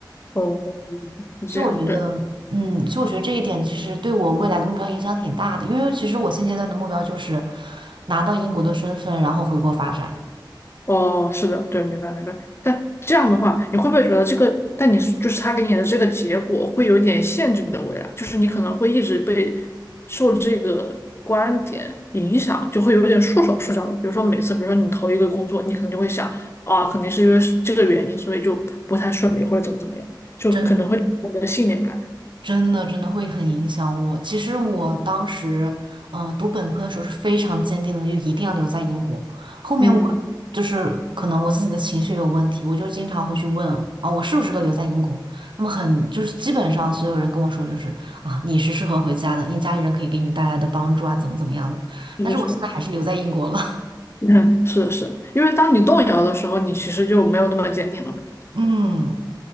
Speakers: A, on the left; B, on the right.
A: 哦，是这样，
B: 所以我觉得，
A: 对。
B: 嗯，所以我觉得这一点其实对我未来的目标影响挺大的，因为其实我现阶段的目标就是拿到英国的身份，然后回国发展。
A: 哦，是的，对，明白明白。但这样的话，你会不会觉得这个？但你就是他给你的这个结果，会有点限制你的未来，就是你可能会一直被受这个观点影响，就会有点束手束脚的。比如说每次，比如说你投一个工作，你可能就会想啊，肯定是因为是这个原因，所以就不太顺利，或者怎么怎么样，就可能会有你的信念感。
B: 真。真的真的会很影响我。其实我当时，嗯、读本科的时候是非常坚定的，就一定要留在英国。后面我
A: 嗯，
B: 就是可能我自己的情绪有问题，我就经常会去问啊，我适不适合留在英国？那么很就是基本上所有人跟我说就是啊，你是适合回家的，你家里人可以给你带来的帮助啊，怎么怎么样的。
A: <laughs> 是的，
B: 但是我现在还是留在英国了。
A: 是的，
B: <laughs>
A: 嗯，是的，是的，因为当你动摇的时候，你其实就没有那么坚定了嘛。
B: 嗯